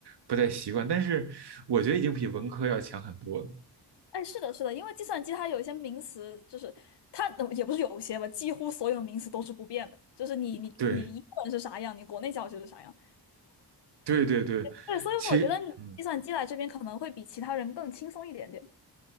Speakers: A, on the right; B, on the left.
A: 不太习惯，但是我觉得已经比文科要强很多了。
B: 哎，是的，是的，因为计算机它有一些名词，就是它呃也不是有些吧，几乎所有名词都是不变的，就是你你你英文是啥样，
A: 对。
B: 你国内教学是啥样。
A: 对对对，
B: 对，所以我觉得计算机来这边可能会比其他人更轻松一点点。
A: 其嗯